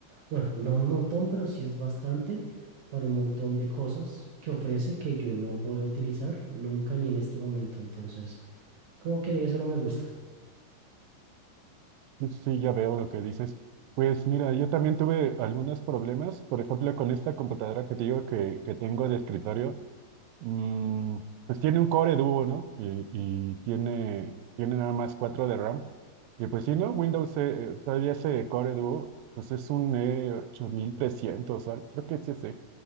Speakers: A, on the right (about 60°); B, on the right (about 85°).
A: Bueno, no un montón, pero sí es bastante para un montón de cosas que ofrece que yo no voy a utilizar nunca ni en este momento. Entonces, como que eso no me gusta.
B: sí, ya veo lo que dices. Pues mira, yo también tuve algunos problemas, por ejemplo, con esta computadora que te digo que, que tengo de escritorio, mm, pues tiene un Core Duo, ¿no? Y, y tiene, tiene nada más 4 de RAM. Y pues sí, ¿no? Windows, eh, eh, todavía ese Core Duo, pues es un E8300, al- creo que sí es E.